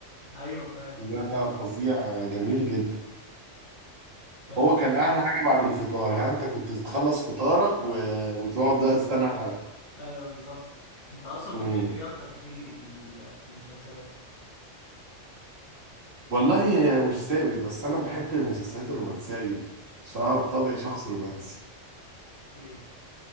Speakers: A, on the left; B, on the right.
A: ايوه فعلا
B: لا لا فظيع جميل جدا
A: آه،
B: هو كان احلى حاجه بعد الفطار ها انت كنت تخلص فطارك و... وتقعد بقى تستنى الحلقه
A: ايوه بالظبط انت اصلا
B: مم.
A: بتحب ايه اكتر كاتيجوري في ال- في المسلسلات
B: والله مش ثابت بس انا بحب المسلسلات الرومانسيه جدا عشان انا بطبعي شخص رومانسي
A: ايه